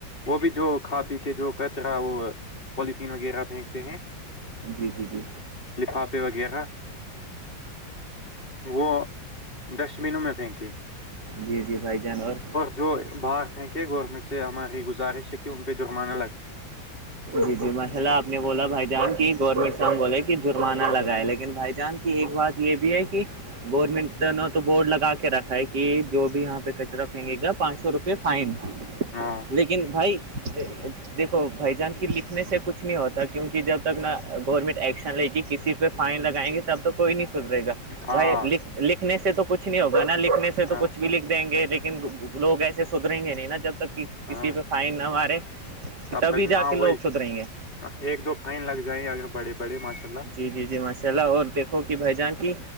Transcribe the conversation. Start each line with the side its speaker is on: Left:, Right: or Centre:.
Left: وہ بھی جو کھا پی کے جو کچرا وہ پولیتھیین وغیرہ پھینکتے ہیں
Right: جی جی جی
Left: لفافے وغیرہ وہ <inaudible> ڈسٹ بینوں میں پھینکے
Right: جی جی بھائی جان اور
Left: جو باہر پھینکے گورنمنٹ سے ہماری گزارش ہے ان پہ جو ہمار <unintelligible>
Right: جی جی ماشاء اللہ آپ نے بولا بھائی جان کی گور مشام بولے کہ جرمانہ لگائے لیکن بھائی جان کی ایک بات <unintelligible> یہ بھی ہے کہ گورنمنٹ نے تو بورڈ لگا کے رکھا ہے کہ جو بھی یہاں پہ کچرا پھینگے گا پانچ سو روپے فائن
Left: ہاں
Right: لیکن بھائی دیکو بھائی جان کی لکھنے سے کچھ نہیں ہوتا کیونکہ جب تک نا گورنمنٹ ایکشن لے گی کسی بھی پہ فائن لگائیں گے تب تو کوئی نہیں سدرے گا
Left: ہاں
Right: بھائی لکھنے سے تو کچھ نہیں ہوگا نا لکھنے سے سے
Left: ہاں
Right: تو کچھ بھی لکھ دیں گے لیکن لوگ ایسے سدھریں گے نہیں نا جب تک کہ کسی
Left: ہاں
Right: پہ فائن نہ مارے کہ
Left: تب
Right: تبھی
Left: تک
Right: جا
Left: ہاں
Right: کے لوگ
Left: وہی
Right: سدریں گے
Left: ایک دو فائن لگ جائیں اگرڑے بڑے ماشاء اللہ
Right: جی جی جی ماشاء اللہ اور دیکھو کہ بھائی جان کی